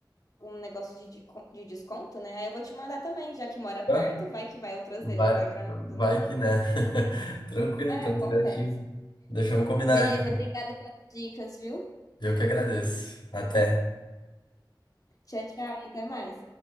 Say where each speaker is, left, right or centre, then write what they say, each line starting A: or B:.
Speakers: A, on the left; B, on the left.
A: algum negócio de, de, de desconto, né? Aí eu vou te mandar também, já que mora perto,
B: tá?
A: vai que vai outras
B: Vai,
A: vezes pra Gramado,
B: vai
A: né?
B: que né. <laughs> Tranquilo,
A: É,
B: então,
A: acontece.
B: certinho. Deixamos combinar,
A: Beleza,
B: então.
A: obrigada pelas dicas, viu?
B: Eu que agradeço. Até.
A: Tchau, tchau e até mais.